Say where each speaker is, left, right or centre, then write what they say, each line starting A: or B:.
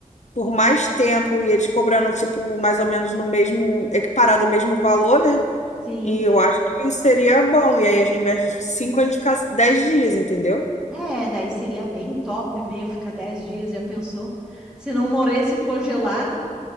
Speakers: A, on the left; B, in the centre.
A: por mais tempo e eles cobrando, tipo, mais ou menos no mesmo, equiparado ao mesmo valor, né?
B: sim.
A: E eu acho que seria bom. E aí, ao invés de cinco, a gente ficar dez dias, entendeu?
B: É, daí seria bem top, meio ficar 10 dias, já pensou? Se não morresse congelado.